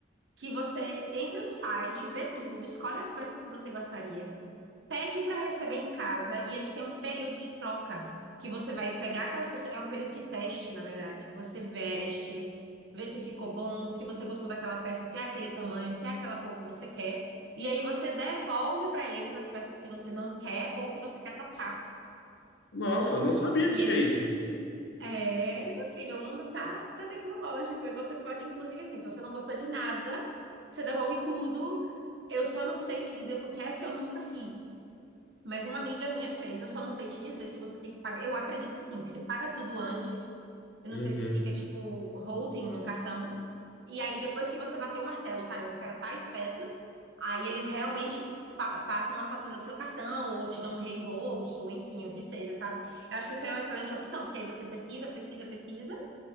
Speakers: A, on the right; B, on the left.
A: Que você entra no site, vê tudo, escolhe as peças que você gostaria pede para receber em casa e eles têm um período de troca que você vai pegar aquelas pessoas. É um período de teste, na verdade. Você veste, vê se ficou bom, se você gostou daquela peça, se é aquele tamanho, se é aquela cor que você quer. E aí você devolve para eles as peças que você não quer ou que você quer trocar.
B: Nossa, eu não sabia que
A: E
B: tinha
A: eles.
B: isso.
A: É, meu filho, o mundo tá, tá tecnológico e você pode, inclusive, assim, se você não gostou de nada, você devolve tudo. Eu só não sei te dizer porque essa eu nunca fiz. Mas uma amiga minha fez, eu só não sei te dizer se você tem que pagar. Eu acredito que sim, que você paga tudo antes. Eu não
B: Uhum.
A: sei se fica tipo holding no cartão. E aí depois que você bater o martelo, tá? Eu quero tais peças. Aí eles realmente pa- passam a fatura do seu cartão ou te dão um reembolso, enfim, o que seja, sabe? Eu acho que isso é uma excelente opção, porque aí você pesquisa, pesquisa, pesquisa